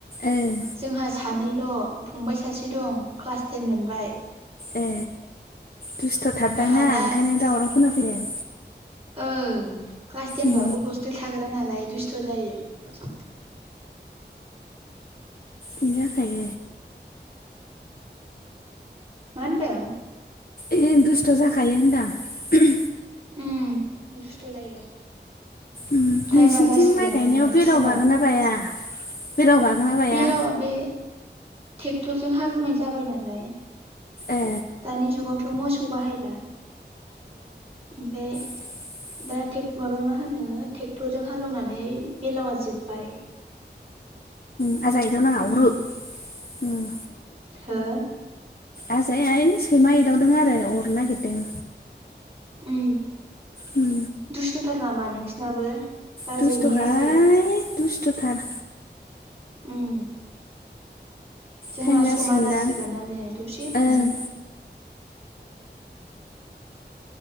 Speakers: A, on the left (about 55°); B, on the right (about 35°).
A: ओं
B: जोंहा सानैल'। फंबाय सासे दं क्लास टेन मोनबाय।
A: ए दुस्थ'थारदांना
B: आंहा दा
A: ओंखायनो दावराव खोनाफैदों।
B: ओं क्लास टेनबाबो
A: उम
B: हस्टेल थाग्रा नालाय दुस्थ' जायो।
A: थिन्जखाय।
B: मा होनदों?
A: ए दुस्थ' जाखायो होनदां।
B: ओम दुस्थ' जायो।
A: नोंसिनिथिं
B: टाइमा जासिगोनानो
A: माइ गायनायाव बेलाव
B: समा
A: बागोना बाया बेलाव बागोन। ना बाया
B: बेलावा बे ट्रेक्टरजों हालेवनाय जाबाय नालाय
A: ए
B: दानि जुगावथ' मोसौ बाहायला ओमफाय
A: ए।
B: दा टेक माबा मा होनो ट्रेक्टरजों हालेवनानै बेलावा जोब्बाय।
A: राजा एदाव नाङा
B: उम
A: अरो। उम
B: हो।
A: आजा आइ सैमा एदावदों आरो अरनो नागिरदों।
B: उ।
A: उम
B: दुस्थ'थार नामा नोंसिनाबो बाजैनि
A: दुस्थ'हाय
B: आजाया।
A: दुस्थ'थार।
B: उम। जोंना
A: टाइम जासिगोनदां
B: समा जासिगोनानो दसे थानानै।
A: ओं